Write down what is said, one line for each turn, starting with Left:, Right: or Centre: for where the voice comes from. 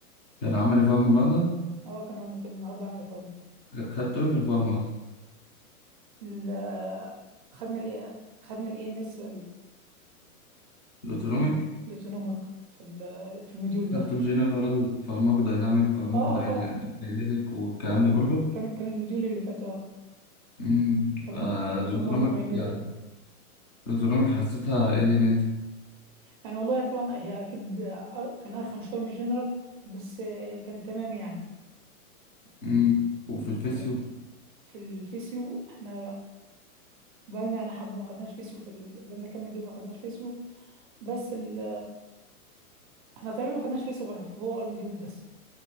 Left: كان عمل لي فارما النهارده
Right: اه كان كان النهارده عملي في عمر
Left: خدته ايه في الفارما اصلا
Right: ال... خدنا ال خدنا الاي ان اس
Left: الاوتونوميك
Right: في ال... الاوتونوميك في ال... في الموديول ده
Left: خدته الجنرال فارماكو دايناميك فارماكو
Right: اه
Left: دايناميك
Right: اه طبعا
Left: والكلام ده كله
Right: كان كان الموديول اللي فات اه
Left: امم
Right: فارماكو
Left: آه،
Right: الفارماكوكاينيتك
Left: الاوتونوميك يعني الزرونج حسيتها ايه دنيتها
Right: يعني والله طبعا هي اكيد أ- كان ارخم شويه من الجنرال بس آه، كان تمام يعني
Left: مم. وفي
Right: ال-
Left: الفيسيو
Right: في الفيسيو احنا بالنا انا حبه ما خدناش فيسيو في ال... بالنا كام مديول ما خدناش فيسيو بس ال... احنا تقريبا ما خدناش فيسيو غير هو المديول بس